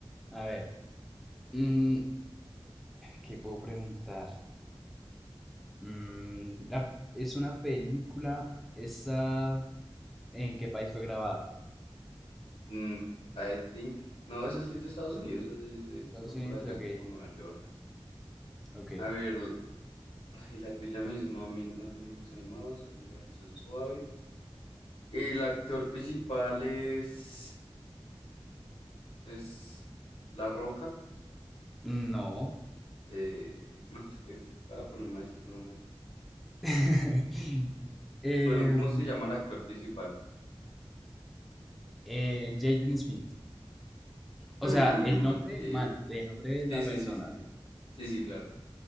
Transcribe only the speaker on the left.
Mm, I think. No, esa sí es de Estados Unidos, esa sí es de puro
por allá,
como Nueva York.
A ver, l- ay, la tuya me dices, no, a mí no, dibujos animados, hombre, acción suave. El actor principal es. es La Roca,
Eh, no, es que para ponerme a decir nombres.
Bueno, ¿cómo se llama el actor principal?
Hmm,
ok.
Sí,
sí, sí, sí, sí.
Sí, sí, claro.